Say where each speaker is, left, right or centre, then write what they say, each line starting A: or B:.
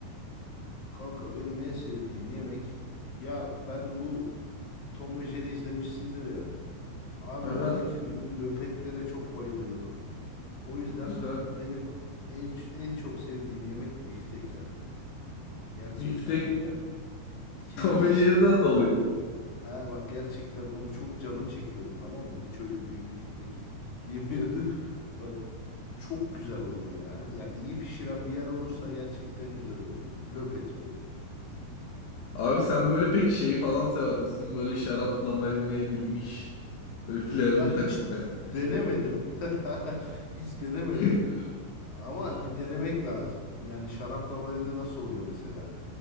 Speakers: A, on the left (about 45°); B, on the left (about 80°).
A: Kanka benim en sevdiğim yemek. Ya ben bu Tom ve Jerry izlemişsindir ya. Abi
B: Aha,
A: oradaki lö- löpetlere çok bayılıyordum. O yüzden
B: aha.
A: benim en, en çok sevdiğim yemek biftek abi. Gerçekten
B: Biftek
A: böyle
B: <laughs>
A: kemiksiz.
B: Tom ve Jerry'den dolayı.
A: Ha bak gerçekten onu çok canım çekiyordu tamam mı? Hiç öyle büyük biftek yemiyorduk. <laughs> Bak çok güzel oluyor ya. Ya iyi pişiren bir yer olursa gerçekten güzel oluyor. Löpet böyle.
B: Abi sen böyle pek şeyi falan sever misin? Böyle şarapla marine edilmiş. Böyle flarını
A: Ya hiç
B: takıp mesela.
A: denemedim.
B: işte.
A: <laughs> Hiç denemedim.
B: <laughs>
A: Ama
B: Hı hı.
A: bir denemek lazım. Yani şarapla marine nasıl oluyor mesela?